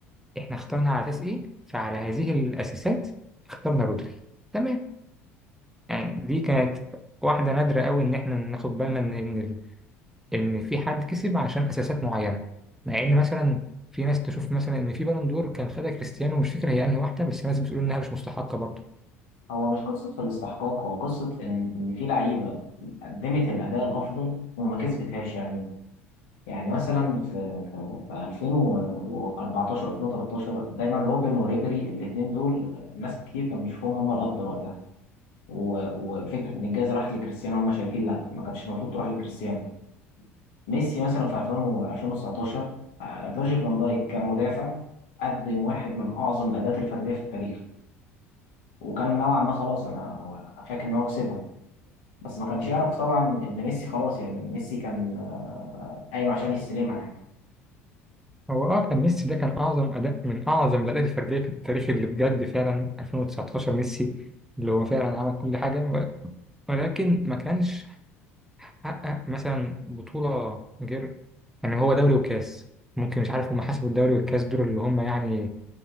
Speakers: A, in the centre; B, on the left.
A: احنا اخترنا على اساس ايه فعلى هذه الاساسات اخترنا رودري تمام يعني دي كانت واحدة نادرة قوي إن إحنا ناخد بالنا إن إن ال- إن في حد كسب عشان أساسات معينة مع إن مثلا في ناس تشوف مثلا إن في بالون دور كان خدها كريستيانو مش فاكر هي أنهي واحدة بس ناس بتقول إنها مش مستحقة برضه
B: هو مش قصه في الاستحقاق هو قصه ان ان في لعيبه قدمت الاداء الافضل وما كسبتهاش يعني يعني مثلا في في في 2014 2013 دايما روبن وريبيري الاثنين دول ناس كتير كان بيشوفهم هم الافضل وقتها و- وفكره ان الجائزه راحت لكريستيانو هم شايفين لا ما كانتش المفروض تروح لكريستيانو ميسي مثلا في 2000 و 2019 آه، فيرجيل فان دايك كمدافع قدم واحد من اعظم الاداءات الفرديه في التاريخ وكان نوعا ما خلاص انا هو- فاكر ان هو كسبها بس ما كانش يعرف طبعا ان ميسي خلاص يعني ميسي كان آه، قايم عشان يستلمها يعني
A: هو أه كان ميسي ده كان أعظم أداء من أعظم الأداءات الفردية في التاريخ اللي بجد فعلا 2019 ميسي اللي هو فعلا عمل كل حاجة و- ولكن ما كانش حقق مثلا بطولة غير يعني هو دوري وكاس ممكن مش عارف هم حسبوا الدوري والكاس دول اللي هم يعني